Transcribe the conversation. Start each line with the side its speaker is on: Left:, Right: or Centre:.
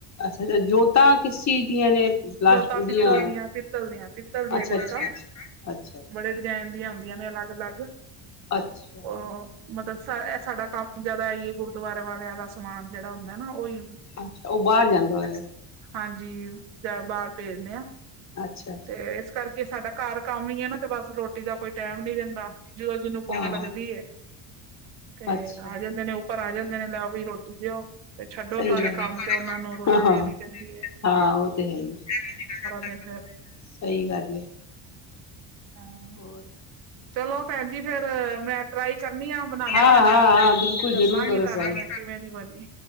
Left: ਅੱਛਾ-ਅੱਛਾ ਜੋਤਾਂ ਕਿਸ ਚੀਜ ਦੀਆਂ ਨੇ ਪਲਾਸਟ
Right: ਜੋਤਾਂ
Left: ਉਹਦੀਆਂ
Right: ਪਿੱਤਲ ਦੀਆਂ-ਪਿੱਤਲ ਦੀਆਂ ਪਿੱਤਲ ਦੀਆਂ
Left: ਅੱਛਾ
Right: ਜੋਤਾਂ
Left: ਅੱਛਾ ਅੱਛਾ ਅੱਛਾ
Right: ਬੜੇ ਡਿਜੈਨ ਦੀਆਂ ਓਂਦੀਆਂ ਨੇ ਅਲੱਗ-ਅਲੱਗ,
Left: ਅੱਛਾ।
Right: ਓ ਮਤਬ ਸ ਸਾਡਾ ਕਾੱਮ ਜਾਦਾ ਐਈਏ ਗੁਰਦੁਵਾਰੇ ਵਾਲੇਆਂ ਦਾ ਸਮਾਨ ਜੜਾ ਓਂਦੈ ਨਾ ਓਈ
Left: ਅੱਛਾ ਓ ਬਾਰ ਜਾਂਦਾ ਓਏਗਾ
Right: ਹਾਂਜੀ। ਜਾ ਬਾਰ ਪੇਜਨੇ ਆ,
Left: ਅੱਛਾ ਅੱਛਾ
Right: ਤੇ ਇਸ ਕਾਰਕੇ ਸਾਡਾ ਘਾੱਰ ਕਾੱਮ ਈ ਏ ਨਾ ਤੇ ਬਾੱਸ ਰੋਟੀ ਦਾ ਕੋਈ ਟੈਮ ਨੀ ਰੈਂਦਾ, ਜਦੋਂ ਜਿਨੂੰ ਪੋਖ
Left: ਹਾਂ
Right: ਲੱਗਦੀ ਏ ਤੇ
Left: ਅੱਛਾ।
Right: ਆ ਜਾਂਦੇ ਨੇ ਉੱਪਰ ਆ ਜਾਂਦੇ ਨੇ ਲੇਆਓ ਬਈ ਰੋਟੀ ਦੇਓ, ਫੇ ਛੱਡੋ
Left: ਸਹੀ
Right: ਸਾਰੇ
Left: ਗੱਲ
Right: ਕਾੱਮ ਤੇ ਓਨਾ ਨੂੰ ਰੋਟੀ
Left: ਹਾਂ ਹਾਂ
Right: ਦੇਨੀ ਪੈਂਦੀ ਏ
Left: ਹਾਂ ਓ ਤੇ ਹੈ ਈ, ਐਵੇ ਈ ਨਿਕਲ ਜਾਂਦੈ
Right: ਦਿਨ
Left: ਸਾਰਾ
Right: ਫੇਰ
Left: ਦੇਨ, ਸਈ ਗਾੱਲ ਏ
Right: ਹਾਂ
Left: ਹੋਰ
Right: ਚਲੋ ਭੈਣ ਜੀ ਫੇਰ ਮੈਂ ਟਰਾਈ ਕਰਨੀ ਆ ਬਣਾਨੀ
Left: ਹਾਂ
Right: ਆ
Left: ਹਾਂ ਹਾਂ ਬਿਲਕੁਲ
Right: ਫੇਰ ਦੱਸਾਂਗੀ
Left: ਜ਼ਰੂਰ ਕਰੋ
Right: ਤੁਹਾਨੂੰ
Left: ਟਰਾਈ
Right: ਮੈਂ। ਕਿਵੇਂ ਦੀ ਬਣਗੀ